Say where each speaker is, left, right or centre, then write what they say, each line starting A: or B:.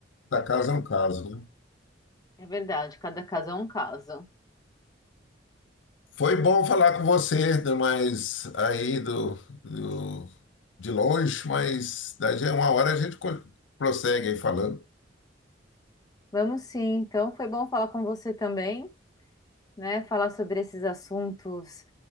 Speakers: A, on the left (about 85°); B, on the left (about 20°).
A: da casa é um caso, né?
B: É verdade, cada caso é um caso.
A: Foi bom falar com você, do- mas aí do, do- de longe, mas daí já é uma hora a gente co- prossegue aí falando.
B: Vamos sim, então foi bom falar com você também, né? Falar sobre esses assuntos